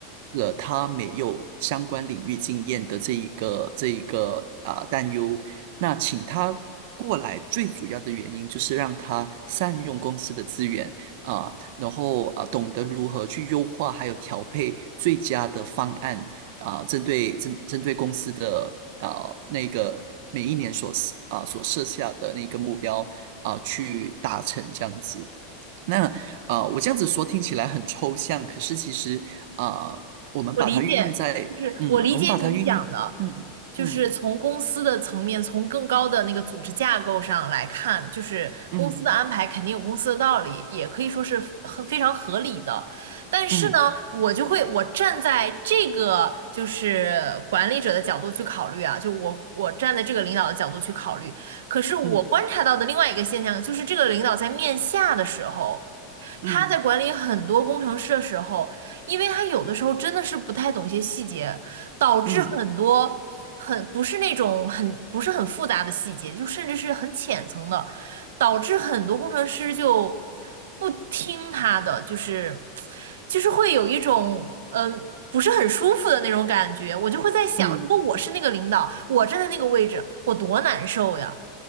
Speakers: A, on the right; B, on the right.
A: 了他没有相关领域经验的这一个这一个啊、担忧。那请他过来，最主要的原因就是让他善用公司的资源啊、然后啊、懂得如何去优化，还有调配最佳的方案。啊，针对针针对公司的啊、那个每一年所啊、所设下的那个目标啊、去达成这样子。那啊、我这样子说听起来很抽象，可是其实啊、我们把它运用在嗯，
B: 我理解，就是我理解你讲的，
A: 我们把它运用嗯嗯
B: 就是从公司的层面，从更高的那个组织架构上来看，就是公司的安排肯定有公司的道理，
A: 嗯
B: 也可以说是很非常合理的。但是呢，
A: 嗯
B: 我就会我站在这个就是管理者的角度去考虑啊，就我我站在这个领导的角度去考虑，可是我观察到的另外一个现象就是，
A: 嗯
B: 这个领导在面下的时候。他在管理很多工程师的时候，
A: 嗯
B: 因为他有的时候真的是不太懂一些细节，导致很多很不是那种很不是很复杂的细节，
A: 嗯
B: 就甚至是很浅层的，导致很多工程师就不听他的，就是就是会有一种嗯、呃不是很舒服的那种感觉。我就会在想，
A: 嗯，
B: 如果我是那个领导，
A: 嗯
B: 我站在那个位置，我多难受呀！